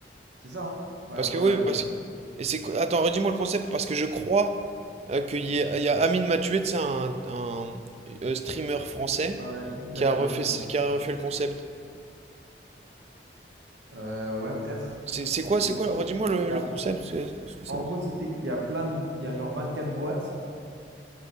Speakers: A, on the right (about 85°); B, on the right (about 35°).
A: C'est ça, hein? Ouais,
B: parce
A: apprendre
B: que oui,
A: ou à
B: parce
A: laisser.
B: que... Et c'est, quoi- attends, redis-moi le concept, parce que je crois euh, qu'il y a, il y a Amine Mathieu, c'est un, un, euh, streamer français
A: Ouais, ouais. Un truc qui
B: qui
A: a fait
B: a refait,
A: la même chose.
B: ce- qui a refait le concept.
A: Euh, ouais, peut-être.
B: C'est c'est quoi,
A: Mais
B: c'est
A: ouais,
B: quoi? Redis-moi le,
A: il
B: le
A: a-
B: concept, parce que, parce que ça...
A: En gros, je t'explique, il y a plein de... Il y a genre 24 boîtes.